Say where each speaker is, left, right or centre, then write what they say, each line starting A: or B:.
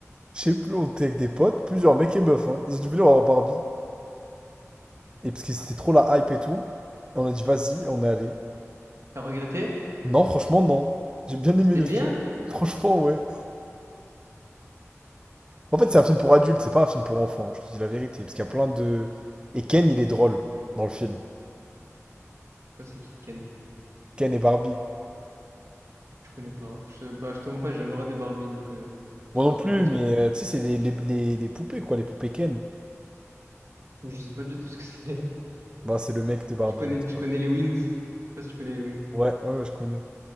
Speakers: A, on the right; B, on the right.
A: Je sais plus, on était avec des potes, plusieurs mecs et meufs, hein. Ils ont dû venir voir Barbie. Et parce que c'était trop la hype et tout, on a dit, vas-y, on est allé.
B: T'as regretté?
A: Non, franchement, non. J'ai bien aimé
B: C'était
A: le
B: bien?
A: film. <laughs> Franchement, ouais. En fait, c'est un film pour adultes, c'est pas un film pour enfants, je te dis la vérité. Parce qu'il y a plein de. Et Ken, il est drôle dans le film.
B: Bah, c'est qui Ken?
A: Ken et Barbie.
B: Je connais pas. Je, bah, je te montre pas, j'ai jamais regardé Barbie, donc euh, je
A: Moi
B: saurais
A: non plus,
B: pas te dire.
A: mais euh, tu sais, c'est les, les, les, les poupées, quoi, les poupées Ken.
B: Je sais pas du tout ce que <laughs> c'est.
A: Bah, c'est le mec de Barbie,
B: Je connais,
A: en tout
B: je
A: cas.
B: connais les Wings. Je sais pas si tu connais les Wings.
A: Ouais, ouais, ouais, je connais.